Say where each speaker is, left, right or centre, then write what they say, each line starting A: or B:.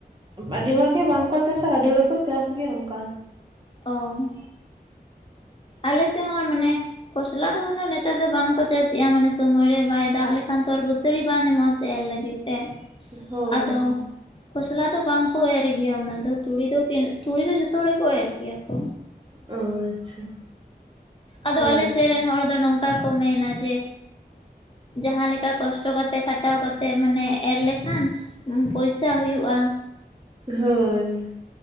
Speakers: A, on the right; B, on the left.
A: ᱟᱹᱰᱤ ᱦᱚᱲ ᱜᱮ ᱵᱟᱝᱠᱚ ᱪᱟᱥᱟ ᱟᱹᱰᱤ ᱦᱚᱲ ᱜᱮ ᱠᱚ ᱪᱟᱥ ᱜᱮᱭᱟ ᱚᱱᱠᱟ
B: ᱚ ᱟᱞᱮ ᱥᱮᱫ ᱦᱚᱸ ᱢᱟᱱᱮ ᱠᱷᱚᱥᱞᱟ ᱫᱚ ᱩᱱᱟᱹᱜ ᱱᱮᱛᱟᱨ ᱫᱚ ᱵᱟᱝᱠᱚ ᱪᱟᱥ ᱮᱼᱟ ᱢᱟᱱᱮ ᱥᱚᱢᱚᱭ ᱨᱮ ᱵᱟᱭ ᱫᱟᱜ ᱞᱮᱠᱷᱟᱱ ᱛᱚ ᱵᱟᱹᱛᱟᱹᱲᱤ ᱵᱟᱝ ᱧᱟᱢᱚᱜᱼᱟ ᱥᱮ ᱮᱨ ᱞᱟᱹᱜᱤᱫ ᱛᱮ
A: ᱦᱳᱭ
B: ᱟᱫᱚ
A: ᱦᱳᱭ
B: ᱠᱷᱚᱥᱞᱟ ᱫᱚ ᱵᱟᱝ ᱠᱚ ᱮᱨ ᱜᱮᱭᱟ ᱩᱱᱟᱹᱜ ᱫᱚ ᱛᱩᱲᱤ ᱫᱚ ᱛᱩᱲᱤ ᱫᱚ ᱡᱚᱛᱚ ᱦᱚᱲ ᱜᱮᱠᱚ ᱮᱨ ᱜᱮᱭᱟ ᱠᱚ᱾
A: ᱚ ᱟᱪᱪᱷᱟ
B: ᱟᱫᱚ
A: ᱦᱳᱭᱛᱚ
B: ᱟᱞᱮ ᱥᱮᱫ ᱨᱮᱱ ᱦᱚᱲ ᱫᱚ ᱱᱚᱝᱠᱟ ᱠᱚ ᱢᱮᱱᱟ ᱡᱮ ᱡᱟᱦᱟᱸ ᱞᱮᱠᱟ ᱠᱚᱥᱴᱚ ᱠᱟᱛᱮᱜ ᱠᱷᱟᱴᱟᱣ ᱠᱟᱛᱮᱜ ᱢᱟᱱᱮ ᱮᱨ ᱞᱮᱠᱷᱟᱱ ᱯᱚᱭᱥᱟ ᱦᱩᱭᱩᱜᱼᱟ᱾
A: ᱦᱳᱭ